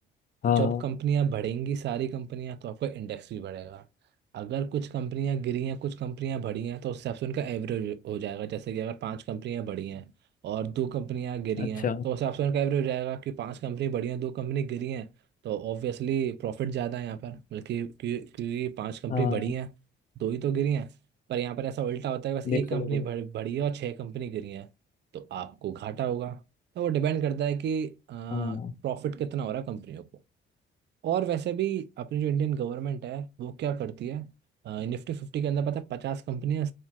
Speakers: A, on the left; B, on the right.
A: हाँ
B: जब कंपनियां बढ़ेंगी सारी कंपनियां तो आपका इंडेक्स भी बढ़ेगा अगर कुछ कंपनियां गिरी हैं कुछ कंपनियां बढ़ी हैं तो उस हिसाब से उनका एवरेज हो जाएगा जैसे कि अगर पांच कंपनियां बढ़ी हैं और दो कंपनियां गिरी
A: अच्छा
B: हैं तो उस हिसाब से उनका एवरेज हो जाएगा कि पांच कंपनी बढ़ी हैं दो कंपनी गिरी हैं तो ऑब्वियसली प्रॉफिट ज़्यादा है यहाँ पर बल्कि क्यों- क्योंकि पांच कंपनी
A: हाँ
B: बढ़ी हैं दो ही तो गिरी हैं पर यहाँ पर ऐसा उल्टा होता है कि बस एक
A: बिल्कुल
B: कंपनी
A: बिल्कुल
B: बढ़ बढ़ी है और छह कंपनी गिरी हैं तो आपको घाटा होगा तो वो डिपेंड करता है कि प्रॉफिट
A: हाँ
B: कितना हो रहा है कंपनियों को और वैसे भी अपनी जो इंडियन गवर्नमेंट है वो क्या करती है निफ्टी फिफ्टी के अंदर पता है पचास कंपनियां